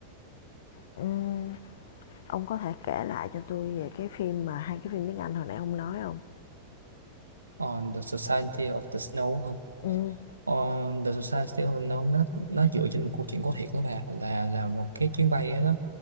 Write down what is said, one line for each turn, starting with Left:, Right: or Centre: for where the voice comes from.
Left: ừm, ông có thể kể lại cho tôi về cái phim mà hai cái phim tiếng Anh hồi nãy ông nói không?
Right: on the Society of the Snow không
Left: Ừ,
Right: on the Society of the Snow nó nó dựa trên một câu chuyện có thiệt đó bà là là một cái chuyến bay đó,